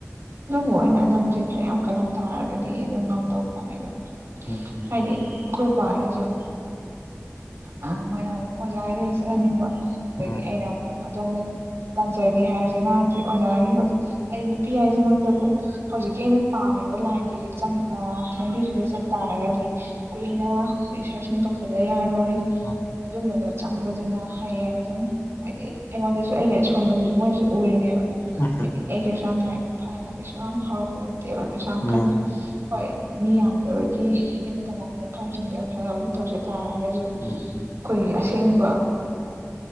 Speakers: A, on the right (about 65°); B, on the left (about 65°).
A: ꯑꯗꯨꯕꯨ ꯑꯩꯅ ꯑꯅꯥꯝꯁꯦ ꯈꯔ ꯌꯥꯝ ꯀꯜꯂꯝ ꯇꯥꯔꯒꯗꯤ ꯑꯗꯨꯝ ꯉꯝꯗꯧꯕ ꯄꯣꯠꯅꯦ ꯑꯗꯣ
B: ꯎꯝ
A: ꯍꯥꯏꯗꯤ ꯑꯩꯈꯣꯏ ꯕꯅꯥꯁꯨ ꯑ ꯃꯣꯏꯅꯥ ꯑꯃꯨꯛ ꯑꯣꯖꯥꯒꯤꯗ ꯆꯠꯍꯟꯅꯤꯡꯕ ꯑꯗꯒꯤ
B: ꯎꯝ
A: ꯑꯩꯅ ꯑꯃꯨꯛ ꯑꯗꯣꯝꯗ ꯇꯝꯖꯒꯦ ꯍꯥꯏꯔꯤꯁꯦ ꯃꯥꯥꯟꯗꯤ ꯑꯣꯖꯥꯒꯤ ꯍꯥꯏꯗꯤ ꯅꯨꯄꯤ ꯍꯥꯏ ꯍꯧꯃꯛꯇꯕꯨ ꯍꯧꯖꯤꯛꯀꯤ ꯑꯩꯅ ꯄꯥꯝꯃꯤꯕ ꯂꯥꯏꯟꯗꯨꯗ ꯑ ꯂꯝꯕꯤꯗꯨꯗ ꯆꯠꯇꯥꯥꯔꯒꯗꯤ ꯀꯨꯏꯅ ꯔꯤꯁꯔꯁ ꯑꯃ ꯇꯧꯊꯗꯥ ꯌꯥꯔꯣꯏ
B: <unintelligible>
A: ꯑꯗꯨꯝꯕꯗꯣ ꯆꯪꯕꯗꯨꯅ ꯍꯌꯦꯡ ꯑꯗꯨꯝ ꯍꯥꯏꯗꯤ ꯑꯩꯉꯣꯟꯗꯁꯨ ꯑꯩꯒꯤ ꯑꯁꯣꯟꯕꯗꯨꯁꯨ ꯃꯣꯏꯅꯥꯁꯨ ꯎꯔꯤꯅꯦꯕ
B: ꯎꯝ
A: ꯍꯥꯏꯗꯤ ꯑꯩ ꯀꯩꯁꯨ ꯌꯥꯝ ꯂꯥꯏꯔꯤꯛ ꯐꯅ ꯀꯩꯁꯨ ꯌꯥꯝ ꯍꯧꯔꯛꯄ ꯅꯠꯇꯦꯕ ꯀꯩꯁꯨ ꯌꯥꯝ
B: ꯎꯝ
A: ꯀꯟꯅ ꯍꯣꯏ ꯃꯤ ꯌꯥꯝꯗꯕꯒꯤ ꯑꯩꯅ ꯇꯝꯂꯛꯄ ꯃꯐꯝꯁꯤꯡꯗ ꯈꯔꯕꯨꯗꯤ ꯇꯧꯖꯦ ꯑꯗꯣꯏꯇꯥꯔꯒꯁꯨ ꯑꯩꯈꯣꯏꯒꯤ
B: ꯎꯝ
A: ꯑꯁꯦꯡꯕ